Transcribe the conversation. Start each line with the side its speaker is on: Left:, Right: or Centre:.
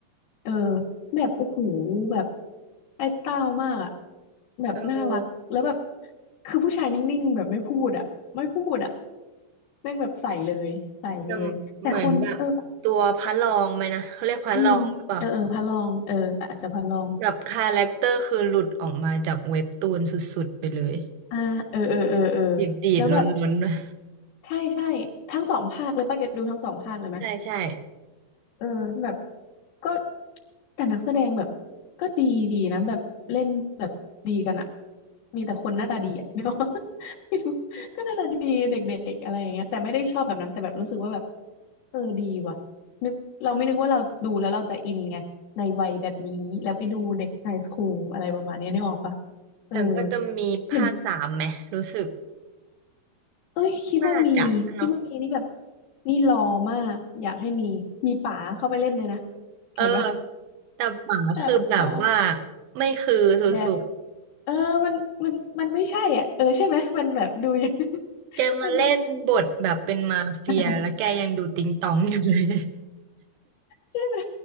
Left: เออแบบโอ้โหแบบไอ้เต้ามากอะแบบน่ารักแล้วแบบ
Right: เออ
Left: คือผู้ชายนิ่งๆแบบไม่พูดอะไม่พูดอะแม่งแบบใส่เลยใส่เลยแต่คนเออ
Right: ทำเหมือนแบบตัวพระรองไหมนะเขาเรียกพระรองหรือเปล่า
Left: อืมเออเออพระรองเอออาจจะพระรอง
Right: แบบคาแรคเตอร์คือหลุดออกมาจากเว็บตูนสุดๆไปเลย
Left: อ่าเออเออเออเออ
Right: ดีดๆล้นๆนะ
Left: แล้วแบบใช่ใช่ทั้งสองภาคเลยป้าแกดูทั้งสองภาคเลยไหม
Right: ใช่ใช่
Left: เออแบบก็แต่นักแสดงแบบก็ดีดีนะแบบเล่นแบบดีกันอะมีแต่คนหน้าตาดีอะ
Right: อืม
Left: <laughs> เนาะไม่รู้ก็หน้าตาดีเด็กๆอะไรอย่างเงี้ยแต่ไม่ได้ชอบแบบนั้นแต่แบบรู้สึกว่าแบบเออดีว่ะนึกเราไม่นึกว่าเราดูแล้วเราจะอินไงในวัยแบบนี้แล้วไปดูเด็กไฮสคูลอะไรประมาณเนี้ยนึกออกปะเออ
Right: แต่ก็จะมีภาคสามไหมรู้สึก
Left: เห็นเอ้ยคิดว่ามีคิดว่ามีนี่แบบ
Right: น่าจะเนาะ
Left: นี่รอมากอยากให้มีมีป๋าเข้าไปเล่นเลยนะ
Right: เออ
Left: เห็นปะ
Right: แต่ป๋าคือแบบว่า
Left: แบบอ๋อ
Right: ไม่คือสุด
Left: แบดเออมันมันมันไม่ใช่อ่ะเออใช่ไหมมันแบบดูยัง
Right: ๆแกมาเล่นบทแบบเป็นมาเฟียแล้วแกยังดูติงตองอยู่เลย
Left: <laughs> มัน <laughs> ใช่ไหม